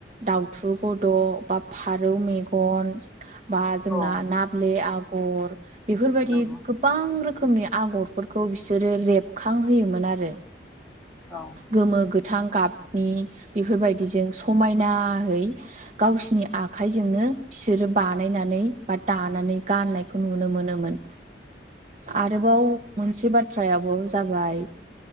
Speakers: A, on the right; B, in the centre.
A: दाउथु गद' बा फारौ मेग गन बा जोंना
B: औ
A: नाब्ले आ आगर बेफोरबायदि
B: नंगौ
A: गोबां रोखोमनि आगरफोरखौ बिसोरो रेबखांहोयोमोन आरो
B: औ
A: गोमो गो गोथां गाबनि बेफोरबायदिजों समायनाहै गावसिनि आखाइजोंनो बिसोरो बानायनानै बा दानानै गाननायखौ नुनो मोनोमोन आरोबाव मोनसे बाथ्राया बावनो जाबाय